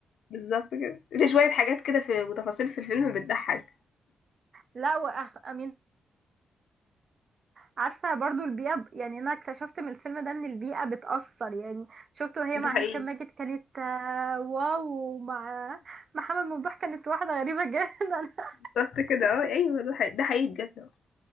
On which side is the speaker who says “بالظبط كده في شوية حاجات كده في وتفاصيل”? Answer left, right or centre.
Left